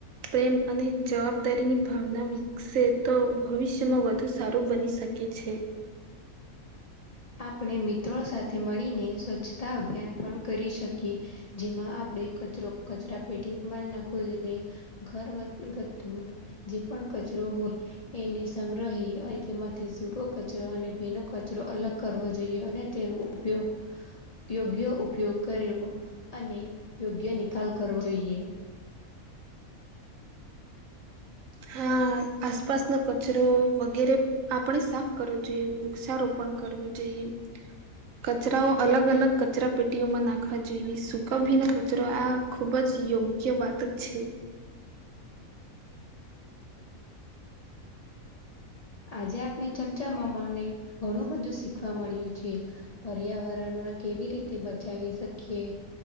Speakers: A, on the right; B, on the left.
A: પ્રેમ અને જવાબદારીની ભાવના વિકસે તો ભવિષ્ય જેમાં વધુ સારું બની શકે છે.
B: આપણે મિત્રો સાથે મળીને સ્વચ્છતા અભિયાન પણ કરી શકીએ. જેમાં આપણે કચરો કચરા પેટી મા નાખવો જોઈએ. ઘરગથ્થુ, જે પણ કચરો હોય. એને સંગ્રહી અને તેમાંથી સૂકો કચરો અને ભીનો કચરો અલગ કરવો જોઈએ અને તેનો ઉપયોગ યોગ્ય ઉપયોગ કરવો, અને યોગ્ય નિકાલ કરવો જોઈએ.
A: હા આસપાસનો કચરો વગેરે આપણેે સાફ કરવું જોઈએ વૃક્ષારોપણ કરવું જોઈએ. કચરાઓ અલગ અલગ કચરા પેટીઓમાં નાખવા જોઈએ સૂકાભીન કચરો આ ખુબ જ યોગ્ય વાતક છે.
B: આજે આપણી ચર્ચામાં, મને ઘણું બધું શીખવા મળ્યું છે. પર્યાવરણમાં કેવી રીતે બચાવી શકીએ?